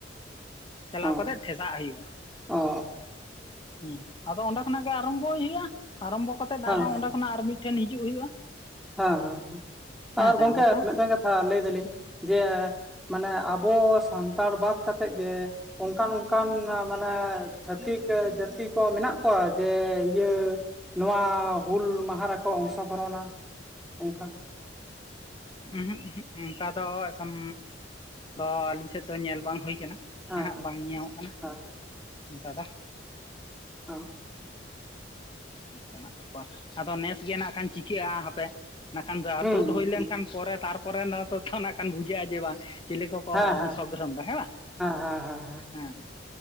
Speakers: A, on the left; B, in the centre.
A: ᱪᱟᱞᱟᱣ
B: ᱚ
A: ᱠᱟᱛᱮᱜ ᱴᱷᱮᱥᱟᱜ ᱦᱩᱭᱩᱜᱼᱟ᱾
B: ᱚ
A: ᱦᱩᱸ ᱟᱫᱚ ᱚᱸᱰᱮ ᱠᱷᱚᱱᱟᱜ ᱜᱮ ᱟᱨᱟᱢᱵᱷᱚᱭ ᱦᱩᱭᱩᱜᱼᱟ᱾ ᱟᱨᱟᱢᱵᱷᱚ ᱠᱟᱛᱮ
B: ᱦᱮᱸ
A: ᱟᱨᱦᱚᱸ ᱚᱸᱰᱮ ᱠᱷᱚᱱᱟᱜ ᱟᱨ ᱢᱤᱫᱴᱷᱮᱱ ᱦᱤᱡᱩᱜ ᱦᱩᱭᱩᱜᱼᱟ᱾
B: ᱦᱟᱸ ᱦᱟᱸ,
A: ᱦᱮᱸ
B: ᱟᱨ
A: ᱥᱮ
B: ᱜᱚᱝᱠᱮ
A: ᱚᱱᱠᱟ
B: ᱢᱤᱫᱴᱟᱝ ᱠᱟᱛᱷᱟ ᱞᱟᱹᱭ ᱫᱟᱞᱤᱧ ᱡᱮ ᱢᱟᱱᱮ ᱟᱵᱚ ᱥᱟᱱᱛᱟᱲ ᱵᱟᱫ ᱠᱟᱛᱮᱜᱽ ᱜᱮ, ᱚᱝᱠᱟᱱ ᱚᱝᱠᱟᱱ ᱢᱟᱱᱮ ᱪᱷᱟᱹᱛᱤᱠ ᱡᱟᱹᱛᱤ ᱠᱚ ᱢᱮᱱᱟᱜ ᱠᱚᱣᱟ? ᱡᱮ ᱤᱭᱟᱹ ᱱᱚᱣᱟ ᱦᱩᱞ ᱢᱟᱦᱟ ᱨᱮᱠᱚ ᱚᱝᱥᱚᱜᱨᱚᱦᱚᱱᱟ, ᱚᱝᱠᱟ ᱾
A: ᱩᱸᱦᱩᱜ ᱩᱸᱦᱩᱜ ᱚᱱᱠᱟ ᱫᱚ ᱮᱠᱷᱚᱱ ᱟᱫᱚ ᱟᱹᱞᱤᱧ ᱥᱮᱫ ᱫᱚ ᱧᱮᱞ ᱵᱟᱝ ᱦᱩᱭ ᱠᱟᱱᱟ
B: ᱦᱮᱸ
A: ᱮᱸ ᱦᱮᱸᱜ ᱵᱟᱝ ᱧᱮᱭᱟᱢᱚᱜ ᱠᱟᱱᱟ
B: ᱦᱮᱸ
A: ᱫᱟᱫᱟ,
B: ᱚᱻ ᱾
A: ᱚᱝᱠᱟᱱᱟᱜ ᱵᱮᱯᱟᱨ ᱟᱫᱚ ᱱᱮᱥ ᱜᱮ ᱱᱟᱜ ᱠᱷᱟᱱ ᱪᱤᱠᱟᱹᱜᱼᱟ ᱦᱟᱯᱮ ᱱᱟᱜ ᱠᱷᱟᱱ ᱫᱚ
B: ᱦᱩᱸ
A: ᱛᱩᱫ
B: ᱦᱩᱸ
A: ᱦᱩᱭ ᱞᱮᱱᱠᱷᱟᱱ
B: ᱦᱩᱸ
A: ᱯᱚᱨᱮ ᱛᱟᱨᱯᱚᱨᱮ ᱱᱟᱜ ᱠᱷᱟᱱ ᱵᱩᱡᱷᱟᱹᱜᱼᱟ, ᱡᱮ ᱵᱟᱝ ᱪᱤᱞᱤ ᱠᱚᱠᱚ
B: ᱦᱮᱸ ᱦᱮᱸ
A: ᱚᱝᱥᱚ ᱜᱨᱚᱦᱚᱱ ᱫᱟ ᱦᱮᱸ ᱵᱟᱝ
B: ᱦᱮᱸ ᱦᱮᱸ
A: ᱦᱮᱸ